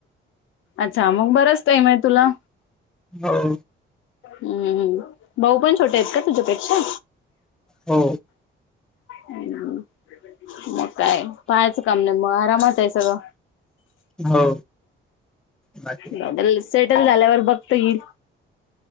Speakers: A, on the left; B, in the centre.
A: अच्छा मग बरच टाईम आहे तुला
B: हो
A: हम्मम् भाऊ पण छोटे आहेत का तुझ्यापेक्षा
B: हो
A: हम मग काय पाहायचं काम नाही मग आरामात आहे सगळं
B: हो बाकी
A: बर सेटल झाल्यावर बघता येईल